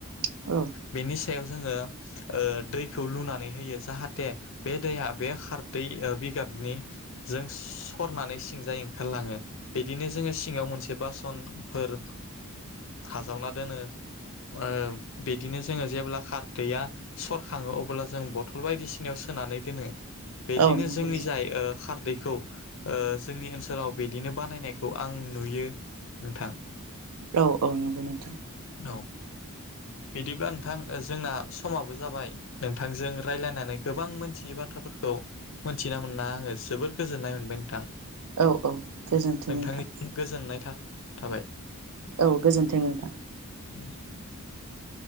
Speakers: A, on the right (about 85°); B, on the left (about 60°).
A: औ‌
B: बेनि सायाव जोङो दैखौ लुनानै होयो जाहाथे बे दैया बे खारदै बिगाबनि जों सरनानै सिंजायै ओंखारलाङो बिदिनो जोङो सिङाव मोनसे बासन फोर हाजावना दोनो ओ बिदिनो जोङो जेब्ला खारदैया सरखाङो अब्ला जों बथल बायदिसिनायाव सोनानै दोनो। बिदिनो
A: औ नंगौ
B: जोंनि
A: नोंथां
B: जाय खारदैखौ ओ जोंनि ओनसोलाव बिदिनो बानायनायखौ आं नुयो नोंथां।
A: औ औ नंगौ नोंथां।
B: औ बिदिब्ला नोंथां जोंना समाबो जाबाय नोंथांजों रायज्लायनानै गोबां मोनथियै बाथ्राफोरखौ मोनथिना मोनना आङो जोबोर गोजोननाय मोनबाय नोंथां।
A: औ औ गोजोन्थों
B: नोंथांनिसिम
A: नोंथां।
B: गोजोननाय था-थाबाय।
A: औ गोजोनथों नोंथां।
B: <unintelligible>